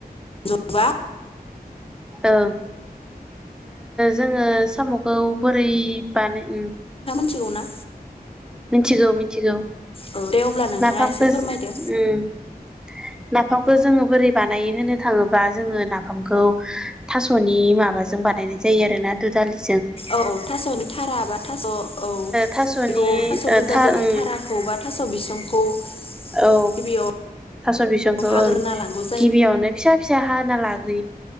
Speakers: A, on the left; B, in the centre.
A: दबा
B: औ जोङो सामुखौ बोरै बानो
A: थिना
B: मिथिगौ मिथिगौ
A: औ दे अब्ला नोंथाङा
B: नाफामखौ
A: एसे फोरमायदो
B: उम नाफाम खौ जोङो बोरै बानाय होनो थाङोब्ला जोङो नाफामखौ थास'नि माबाजों बानायनाय जायो जायो आरोना दुजालि
A: औ औ थास'नो थारा बा थास' औ
B: थास'नि
A: बेखौ थास' स'दुदालिनि
B: ओ था ओं
A: थाराखौ बा थास' बिसंखौ
B: औ
A: गिबियाव
B: थास' बिसंखौ
A: हाग्रोना
B: ओं
A: लांगौ जायो
B: गिबियावनो फिसा फिसा हाना लागोन